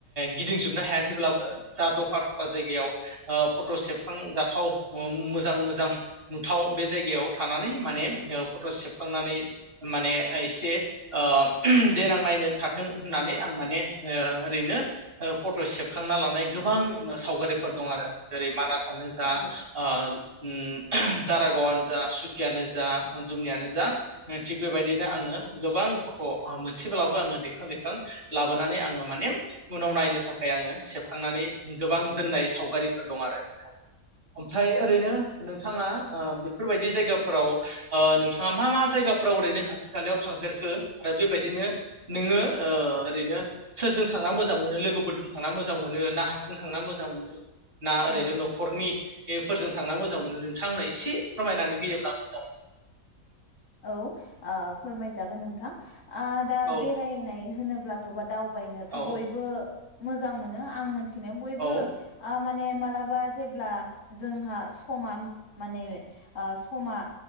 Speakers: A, on the right (about 40°); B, on the left (about 55°).
A: गिदिंजोबनो हायाखैब्लाबो जा दफा दफा जायगायाव ओ फट सेबखांजाथाव मोजां मोजां नुथाव बे जायगायाव थानानै माने ओ फट सेबखांनानै माने एसे ओ देनां नायनो थाथों होननानै आं माने ओ ओरैनो ओ फट सेबखांना लानाय गोबां ओ सावगारिफोर दं आरो जेरै मानास आनो जा
B: औ
A: ओ ओम दारागावानो जा, सुकियानो जा, दुमनियानो जा, थिग बेबायदिनो आङो गोबां फट' मोनसेब्लाबो आङो दैखां दैेखां लाबोनानै आङो माने उनाव नायनो थाखाय आङो सेबखांनानै गोबां दोननाय सावगारिफोर दं आरो नोंथां। ओमफ्राय
B: औ औ
A: ओरैनो नों थाङा ओ बेफोरबायदि जायगाफोराव ओ नोंथाङा मा मा जायगाफ्राव ओरैनो खाथि खालायाव थांफेरखो आरो बेबायदिनो नोङो ओ ओरैनो सोरजों थांना मोजां मोनो, लोगोफोरजों थांना मोजां मोनो ना हारसि थांना मोजां मोनो। ना ओरैनो
B: औ
A: नखरनि बेफोरजों थांना मोजां मोनो नोंथांनो एसे फोरमायनानै होयोब्ला आं मोजां मोन।
B: औ फोरमायजागोन नोंथां। आ दा
A: मोनो औ
B: बेरायनाय होनो ब्लाथ बा दाव बायनोथ
A: औ
B: बयबो मोजां मोनो आं मोन थिनायाव बयबो
A: औ
B: आ मा माने मालाबा जेब्ला जोंहा समा माने आ समा